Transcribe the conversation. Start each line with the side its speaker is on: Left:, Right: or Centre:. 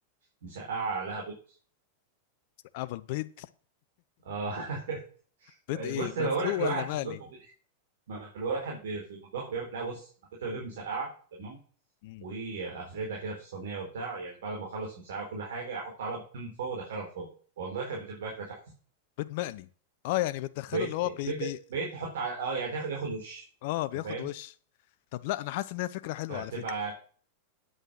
Right: مسقعه عليها بيض
Left: قبل بيض
Right: اه <laughs>
Left: بيض
Right: يعني
Left: ايه
Right: بص بقول
Left: مسلوق
Right: لك الواحد
Left: ولا مقلي
Right: في المطبخ بي- ما الواحد بي- في مطبخه بيعمل لا بص انا كنت بجيب مسقعه تمام
Left: مم.
Right: وافردها كده في الصينيه وبتاع يعني بعد ما اخلص المساعة وكل حاجه احط عليها بيضتين من فوق وادخلها الفرن والله كانت بتبقى اكله تحفه
Left: بيض مقلي اه يعني بتدخله
Right: بيض
Left: اللي هو
Right: بيض
Left: بي بي
Right: بيض تحط على اه يعني تاخد- ياخد وش
Left: اه بياخد
Right: انت فاهم
Left: وش طب لا انا حاسس ان هي فكرة حلوة
Right: فتبقى
Left: على فكرة